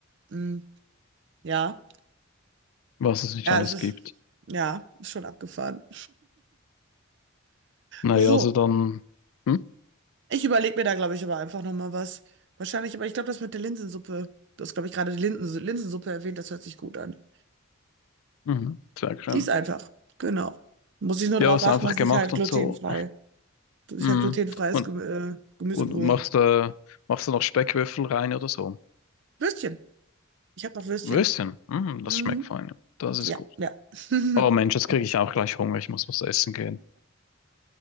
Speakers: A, on the right; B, on the left.
A: Mm, ja.
B: was es nicht
A: Ja,
B: alles
A: es ist,
B: gibt.
A: ja, ist schon abgefahren.
B: Naja,
A: So,
B: also dann. Hm?
A: ich überlege mir da, glaube ich, aber einfach nochmal was. Wahrscheinlich, aber ich glaube, das mit der Linsensuppe, du hast, glaube ich, gerade die Linsen, Linsensuppe erwähnt, das hört sich gut an.
B: Mhm, sehr schön.
A: Die ist einfach, genau. Muss ich nur
B: Ja,
A: darauf
B: was
A: achten,
B: einfach
A: dass
B: gemacht
A: ich halt
B: und
A: glutenfrei,
B: so.
A: dass ich
B: Mhm.
A: halt glutenfreies
B: Und,
A: Gemü äh, Gemüsebrühe.
B: und machst, äh, machst du noch Speckwürfel rein oder so.
A: Würstchen. Ich habe noch Würstchen.
B: Würstchen. Mhm,
A: Mm,
B: das schmeckt fein. ja. Das ist
A: ja,
B: gut.
A: ja. <laughs>
B: Oh Mensch, jetzt kriege ich auch gleich Hunger. Ich muss was essen gehen.